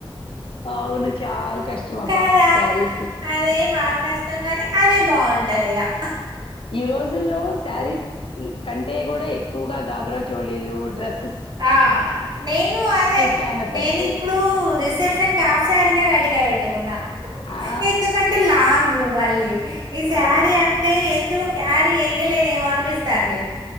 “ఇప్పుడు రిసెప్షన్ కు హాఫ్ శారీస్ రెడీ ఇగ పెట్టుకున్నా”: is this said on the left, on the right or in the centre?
Right